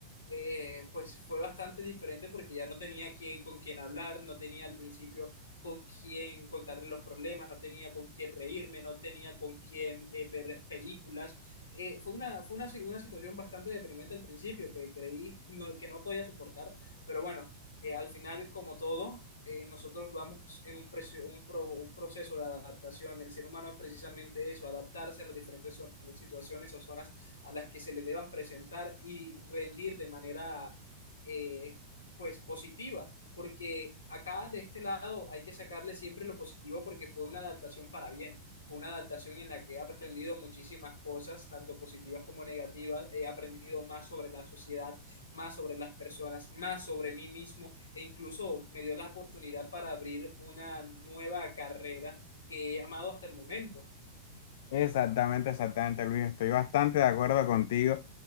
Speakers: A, on the left (about 75°); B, on the left (about 55°).
A: eh, pues fue bastante diferente porque ya no tenía quien- con quién hablar, no tenía al principio con quién contarle los problemas, no tenía con quién reírme, no tenía con quién eh, ver películas. Eh, fue una, fue una, si- una situación bastante deprimente al principio que creí no- que no podía soportar, pero bueno, eh, al final, como todo, eh, nosotros vamos en un, precio, un, pro, un, proceso de adaptación. El ser humano es precisamente eso, adaptarse a las diferentes so situaciones o zonas a las que se le deban presentar y rendir de manera eh, pues positiva. Porque acá de este lado hay que sacarle siempre lo positivo porque fue una adaptación para bien. Fue una adaptación en la que he aprendido muchísimas cosas, tanto positivas como negativas. He aprendido más sobre la sociedad, más sobre las personas, más sobre mí mismo e incluso me dio la oportunidad para abrir una nueva carrera que he amado hasta el momento.
B: Exactamente, exactamente, Luis. Estoy bastante de acuerdo contigo.